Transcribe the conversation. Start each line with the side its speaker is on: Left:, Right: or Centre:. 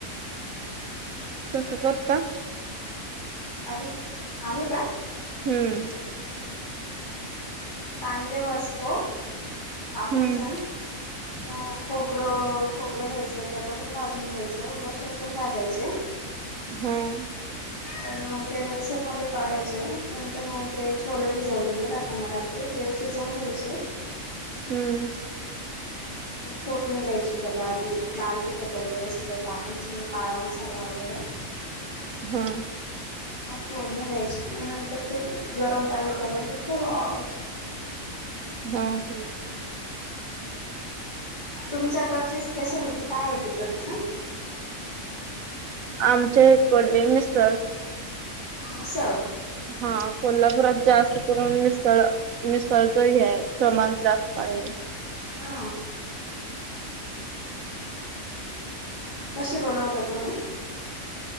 Right: तसं होत का
Left: आम्ही का
Right: हम्म
Left: कांदे भाजतो काकून
Right: हम्म
Left: सण अ खोबरं खोबरं घ्यायचं त्याला पण भाजून घ्यायचं लसूण पण भाजायचे
Right: हम्
Left: आणि मग ते मिक्सर मध्ये काढायचे नंतर मग ते छोले भिजवलेले राताना रात्री ते शिजवून घ्यायचे
Right: हम्म
Left: फोडणी द्यायची त्याला आधी लाल तिखट वगैरे सगळं टाकून सांग काळा मसाला वगैरे
Right: हम
Left: फोडणी द्यायची नंतर ते गरम पाणी करून ते छोले टाकायचे
Right: हम् हम्म
Left: तुमच्याकडची स्पेशलिटी काय आहे तिकडच
Right: आमचे हे कोल्ले मिसल
Left: अससं
Right: हा कोल्हापुरात जास्त करून मिसळ मिसळच हे आहे प्रमाण जास्त आहे
Left: हा कसे बनवता तुम्ही